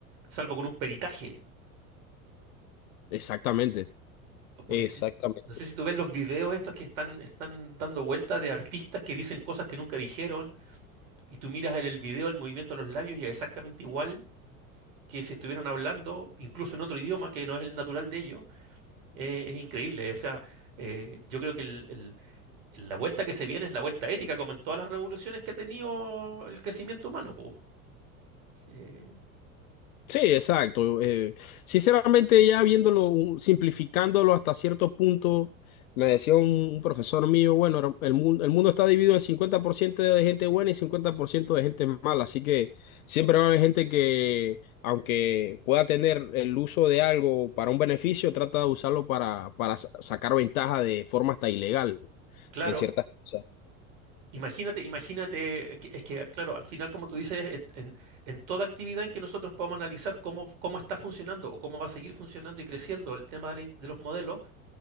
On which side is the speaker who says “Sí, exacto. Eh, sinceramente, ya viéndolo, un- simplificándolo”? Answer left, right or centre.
Left